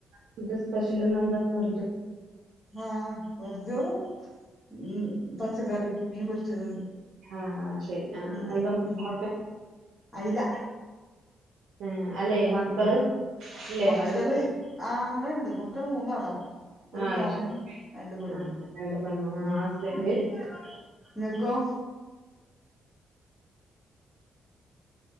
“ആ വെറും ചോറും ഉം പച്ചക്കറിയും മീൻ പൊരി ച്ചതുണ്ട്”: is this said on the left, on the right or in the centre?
Centre